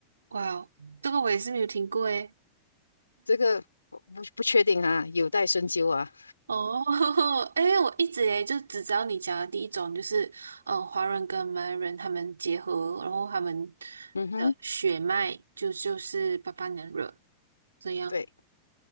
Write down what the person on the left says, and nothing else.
这个我不不确定啊，有待深究啊。
嗯哼，
对，